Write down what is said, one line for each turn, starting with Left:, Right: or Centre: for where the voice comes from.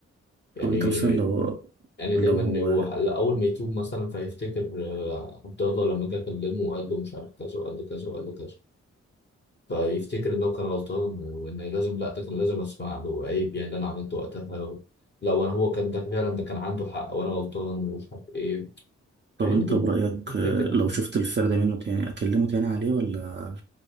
Left: يعني
Right: طب أنت مثلا لو
Left: يعني دايما
Right: لو
Left: هو ح- لا، أول ما يتوب مثلا فيفتكر آه، عبد الله لما جه كلمه وقال له مش عارف كذا وقال له كذا وقال له كذا فيفتكر إنه كان غلطان وإن لازم لا ده كان لازم أسمع له عيب يعني اللي أنا عملته وقتها و... لا وأنا هو كان ده فعلا ده كان عنده حق وأنا غلطان ومش عارف إيه
Right: طب
Left: فهي
Right: أنت
Left: دي
Right: برأيك
Left: الفكرة
Right: لو شفت الفرد منه تاني أكلمه تاني عليه ولا